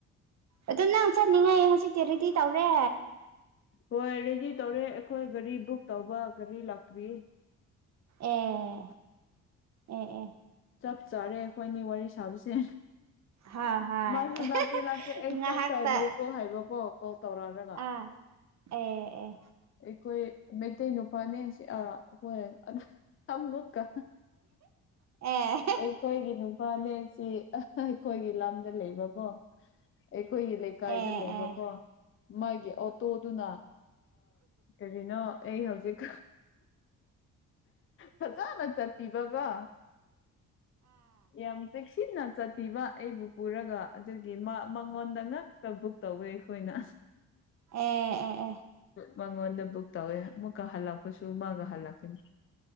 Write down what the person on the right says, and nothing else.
ꯑꯗꯨ ꯅꯪ ꯆꯠꯅꯤꯡꯉꯥꯏ ꯍꯧꯖꯤꯛꯀꯤ ꯔꯦꯗꯤ ꯇꯧꯔꯦ
ꯑꯦ ꯑꯦ ꯑꯦ
ꯍꯣꯏ ꯍꯣꯏ
ꯉꯥꯏꯍꯥꯛꯇ
ꯑꯥ ꯑꯦ ꯑꯦ
ꯑꯦ
ꯑꯦ
ꯎꯝ ꯎꯝ ꯎꯝ